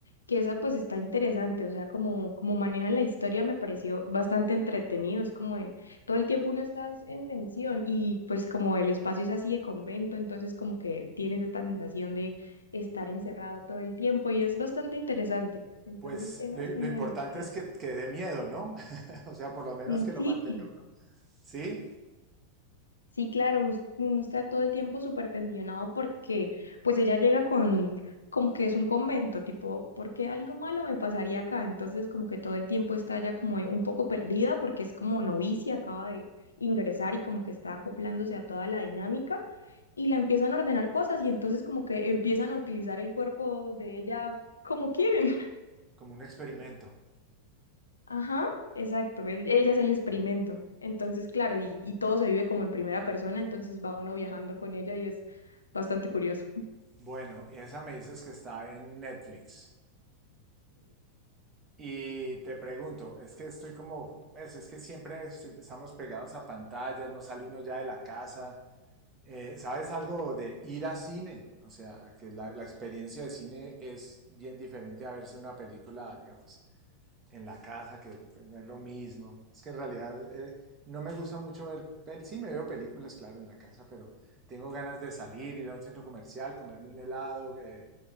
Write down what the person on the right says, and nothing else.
Pues
lo,
lo
importante
es que, que dé miedo, ¿no? <laughs> O sea, por lo menos
que lo
mantenga uno. Sí,
como un experimento.
Bueno, y esa me dices que está en Netflix. Y te pregunto, es que estoy como, es, es que siempre estoy- estamos pegados a pantallas, no sale uno ya de la casa. Eh, ¿Sabes algo de ir a cine? O sea, que la, la experiencia de cine es bien diferente a verse una película, digamos, en la casa, que pues, no es lo mismo. Es que en realidad eh, no me gusta mucho ver, pel sí me veo películas, claro, en la casa, pero tengo ganas de salir, ir a un centro comercial, comerme un helado, eh,